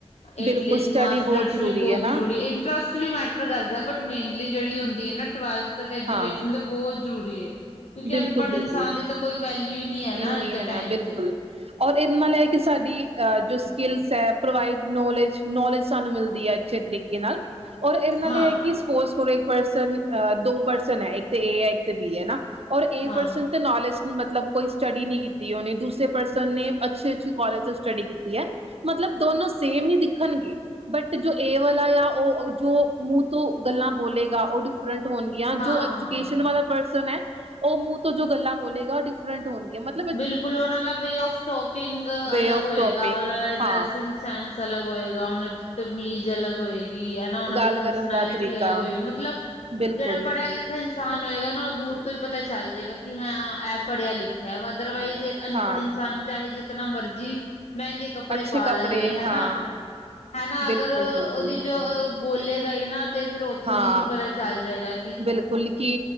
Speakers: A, on the left; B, on the right.
A: ਐਟਲੀਸਟ
B: ਬਿਲਕੁਲ ਸਟੱਡੀ
A: ਮਾਸਟਰਸ
B: ਬਹੁਤ
A: ਵੀ ਬੌਤ
B: ਹੈ ਨਾ
A: ਜ਼ਰੂਰੀ ਇੰਟਰਸਟ ਚ ਵੀ ਮੈਟਰ ਕਰਦੈ ਬਟ ਮੇਨਲੀ ਜੇੜੀ ਹੂੰਦੀ ਏ ਨਾ ਟਵੈਲਥ ਤਕ ਐਜੂਕੇਸ਼ਨ
B: ਹਾਂ
A: ਤੇ ਬੌਤ ਜ਼ਰੂਰੀ ਏ ਕਿਉਂਕਿ
B: ਬਿਲਕੁਲ-ਬਿਲਕੁਲ
A: ਅਨਪੜ੍ਹ ਇਨਸਾਨ ਦੀ ਤਾਂ ਕੋਈ ਵੈਲਿਊ ਈ ਨੀ ਹੈ ਨਾ
B: ਨਹੀਂ
A: ਅੱਜ ਦੇ
B: ਹੈ
A: ਟਾਈਮ
B: ਬਿਲਕੁਲ
A: ਚ।
B: ਔਰ ਇਦੇ ਨਾਲ ਐ ਕਿ ਸਾਡੀ ਜੋ ਸਕਿੱਲਸ ਹੈ ਪ੍ਰੋਵਾਈਡ ਨੌਲੇਜ ਨੌਲੇਜ ਸਾਨੂੰ ਮਿਲਦੀ ਐ ਅੱਛੇ ਤਰੀਕ ਕੇ ਨਾਲ। ਔਰ ਏਦੇ ਨਾਲ
A: ਹਾਂ
B: ਏ ਐ ਕਿ ਸਪੋਸ ਕਰੋ ਇਕ ਪਰਸਨ ਅ ਦੋ ਪਰਸਨ ਹੈ, ਇੱਕ ਤੇ ਏ ਹੈ ਇੱਕ ਤੇ ਬੀ ਐ ਹੈਨਾ। ਔਰ ਏ
A: ਹਾਂ
B: ਪਰਸਨ ਤੇ ਨੌਲੇਜ ਨੀ ਮਤਲਬ ਕੋਈ ਸਟੱਡੀ ਨੀ ਕੀਤੀ, ਔਨੇ ਦੂਸਰੇ ਪਰਸਨ ਨੇ ਅੱਛੀ ਅੱਛੀ ਕੋਲਜ ਤੋ ਸਟੱਡੀ ਕੀਤੀ ਹੈ। ਮਤਲਬ ਦੋਨੋ ਸੇਮ ਹੀ ਦਿਖਣਗੇ। ਬਟ ਜੋ ਏ ਵਾਲਾ ਆ ਔ ਜੋ ਮੂੰਹ ਤੋਂ ਗੱਲਾਂ ਬੋਲੇਗਾ ਓਹ ਡਿਫਰੈਂਟ ਹੋਣ ਯਾ
A: ਹਾਂ
B: ਜੋ ਐਜੂਕੇਸ਼ਨ ਵਾਲਾ ਪਰਸਨ ਹੈ, ਓਹ ਮੂੰਹ ਤੋਂ ਜੋ ਗੱਲਾਂ ਬੋਲੇਗਾ ਔ ਡਿਫਰੈਂਟ ਹੋਣਗੀਆਂ। ਮਤ
A: ਬਿਲਕੁਲ ਓਹਨਾਂ ਦਾ ਵੇ ਆਫ ਟੋਕਿੰਗ
B: ਵੇ
A: ਅਲੱਗ
B: ਆਫ
A: ਹੋਏਗਾ,
B: ਟੋਪਿੰਗ
A: ਔਨਾ ਦੇ
B: ਹਾਂ
A: ਡਰੈਸਿੰਗ ਸੈਂਸ ਅਲੱਗ ਹੋਏਗਾ, ਔਨਾਂ ਦੀ ਤਮੀਜ਼ ਅਲੱਗ ਹੋਏਗੀ ਹੈਨਾ, ਔਨਾਂ
B: ਗੱਲ
A: ਦੀ
B: ਕਰਨ
A: ਪਰਸਨੈਲਿਟੀ
B: ਦਾ ਤਰੀਕਾ
A: ਅਲੱਗ ਹੋਏਗੀ, ਮਤਲਬ
B: ਬਿਲਕੁਲ
A: ਜੇੜਾ ਪੜਿਆ ਲਿਖ ਖਾ ਇਨਸਾਨ ਹੋਏਗਾ, ਨਾ ਓਹ ਦੂਰ ਤੋਂ ਹੀ ਪਤਾ ਚੱਲ ਜੇਗਾ ਕਿ ਹਾਂ ਐ ਪੜ੍ਹਿਆ ਲਿਖਿਆ ਐ, ਅਦਰਵਾਈਜ਼ ਅਨਪੜ੍ਹ
B: ਹਾਂ
A: ਇਨਸਾਨ ਚਾਹੇ ਜਿਤਨਾ ਮਰਜ਼ੀ ਮੈੰਗੇ ਕੱਪੜੇ
B: ਅੱਛੇ
A: ਪਾ
B: ਕੱਪੜੇ
A: ਲਵੇ ਹੈਨਾ
B: ਹਾਂ
A: ਹੈਨਾ,
B: ਬਿਲਕੁਲ
A: ਅਗਰ
B: ਬਿਲਕੁਲ
A: ਔਦੀ ਜੋ ਬੋਲੇਗਾ ਈ ਨਾ ਤੇ ਫੇਰ ਔਥੋਂ
B: ਹਾਂ
A: ਦੀ ਹੀ ਪਤਾ ਚੱਲ ਜੇਗਾ।
B: ਬਿਲਕੁਲ ਕੀ